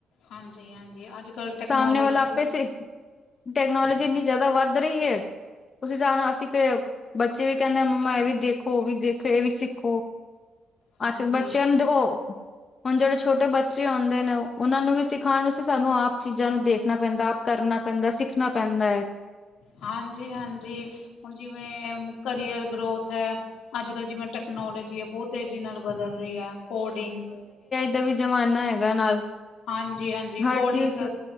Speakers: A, on the left; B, on the left.
A: ਹਾਂਜੀ ਹਾਂਜੀ, ਅੱਜ ਕੱਲ੍ਹ ਟੈਕਨੋਲੋਜੀ
B: ਸਾਹਮਣੇ ਵਾਲਾ ਆਪੇ ਸਿੱਖ ਟੈਕਨੋਲੋਜੀ
A: ਹਾਂ
B: ਇੰਨੀ ਜ਼ਿਆਦਾ ਵੱਧ ਰਹੀ ਐ। ਉਸ ਹਿਸਾਬ ਨਾਲ ਅਸੀਂ ਫਿਰ ਬੱਚੇ ਵੀ ਕਹਿੰਦੇ ਮੰਮਾ ਇਹ ਵੀ ਦੇਖੋ, ਉਹ ਵੀ ਦੇਖੋ, ਇਹ ਵੀ ਸਿੱਖੋ।
A: ਹਾਂਜੀ
B: ਅੱਜ-ਕੱਲ ਬੱਚਿਆਂ ਨੂੰ ਦੇਖੋ, ਹੁਣ ਜਿਹੜੇ ਛੋਟੇ ਬੱਚੇ ਆਉਂਦੇ ਨੇਂ ਉਹਨਾਂ ਨੂੰ ਵੀ ਸਿਖਾਉਣ ਸਾਨੂੰ ਆਪ ਚੀਜ਼ਾਂ ਨੂੰ ਦੇਖਣਾ ਪੈਂਦਾ ਆਪ ਕਰਨਾ ਪੈਂਦਾ, ਸਿੱਖਣਾ ਪੈਂਦਾ ਐ।
A: ਹਾਂਜੀ ਹਾਂਜੀ, ਹੁਣ ਜਿਵੇਂ ਹੁਣ ਕਰੀਅਰ ਗਰੋਥ ਐ, ਅੱਜ-ਕੱਲ੍ਹ ਜਿਵੇਂ ਟੈਕਨੋਲੋਜੀ ਐ ਬਹੁਤ ਤੇਜ਼ੀ ਨਾਲ ਬਦਲ ਰਹੀ ਐ ਕੋਡਿੰਗ
B: ਕੋਡਿੰਗ ਦਾ ਵੀ ਜ਼ਮਾਨਾ ਹੈਗਾ ਨਾਲ
A: ਹਾਂਜੀ ਹਾਂਜੀ,
B: ਹਰ
A: ਕੋਡਿੰਗ,
B: ਚੀਜ਼